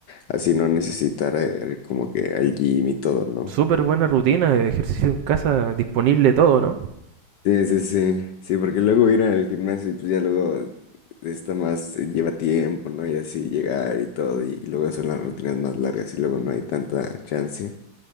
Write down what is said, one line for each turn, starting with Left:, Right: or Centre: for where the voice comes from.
Left: así no necesitar eh, como que al gym y todo, ¿no?
Right: Súper buena rutina, ejercicio en casa, disponible todo, ¿no?
Left: Sí, sí, sí, sí, porque luego ir al gimnasio y pues ya luego está más, eh, lleva tiempo, ¿no? Y así llegar y todo, y y luego son las rutinas más largas y luego no hay tanta chance.